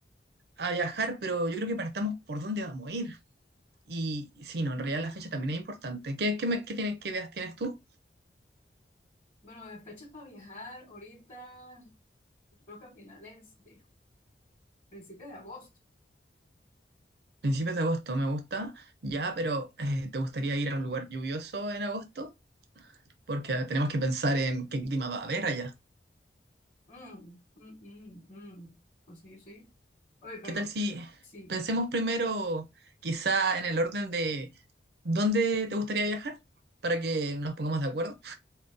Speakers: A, on the right (about 65°); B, on the left (about 35°).
A: a viajar, pero yo creo que partamos por dónde vamos a ir. Y y sí, no, en realidad la fecha también es importante. ¿Qué, qué, me- qué, tiene- qué ideas tienes tú?
B: Bueno, en fechas para viajar ahorita, yo creo que a finales de principios de agosto.
A: Principios de agosto, me gusta. Ya, pero eh, ¿te gustaría ir a un lugar lluvioso en agosto? Porque ah, tenemos que pensar en qué clima va a haber allá.
B: Mm, mm, mm, mm. Pues sí, sí. Oye, pero
A: ¿Qué tal si
B: sí.
A: pensemos primero quizá en el orden de dónde te gustaría viajar para que nos pongamos de acuerdo?